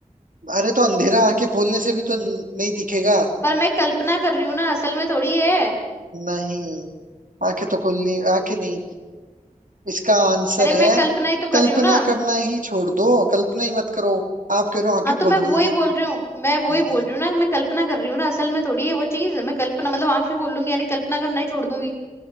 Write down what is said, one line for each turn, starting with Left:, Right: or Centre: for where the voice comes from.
Right: अरे तो अंधेरा आंखें खोलने से भी तो न- नहीं दिखेगा
Left: पर मैं कल्पना कर रही हूँ ना असल में थोड़ी है
Right: नहीं आंखें तो खोलनी आंखें नहीं इसका आंसर
Left: अरे मैं
Right: है
Left: कल्पना ही तो
Right: कल्पना
Left: कर रही हूँ ना
Right: करना ही छोड़ दो कल्पना ही मत करो आप कह रहे हो आंखें
Left: हाँ
Right: खोल
Left: तो मैं वो
Right: लूंगी
Left: ही बोल रही हूँ मैं वो
Right: हम्म
Left: ही बोल रही हूँ ना मैं कल्पना कर रही हूँ ना असल में थोड़ी है वो चीज मैं कल्पना मतलब आंखें खोल लूंगी यानी कल्पना करना ही छोड़ दूंगी